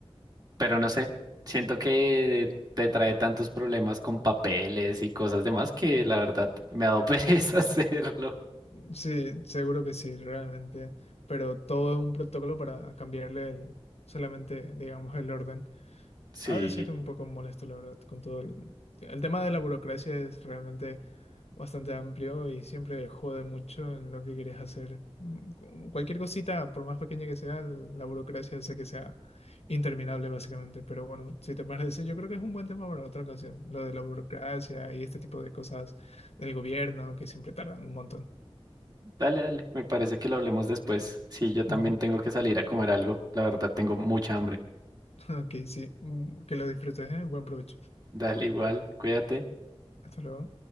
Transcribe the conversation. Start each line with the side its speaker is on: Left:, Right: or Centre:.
Right: pero no sé. Siento que te trae tantos problemas con papeles y cosas demás que la verdad me ha dado <laughs> pereza hacerlo.
Left: Sí, seguro que sí, realmente. Pero todo un protocolo para cambiarle el- solamente, digamos, el orden.
Right: Sí,
Left: Ha de ser un poco molesto, la verdad, con todo el, el tema de la burocracia es realmente bastante amplio y siempre jode mucho en lo que quieres hacer. Mm, cu- Cualquier cosita, por más pequeña que sea, la burocracia hace que sea interminable, básicamente. Pero bueno, si te parece, yo creo que es un buen tema para otra ocasión, lo de la burocracia y este tipo de cosas del gobierno que siempre tardan un montón.
Right: dale, dale. Me parece que lo hablemos después. Sí, yo también
Left: Ujú.
Right: tengo que salir a comer algo. La verdad, tengo mucha hambre.
Left: Ok, sí. Mm, Que lo disfrutes, ¿eh? Buen provecho.
Right: Dale igual, cuídate.
Left: Hasta luego.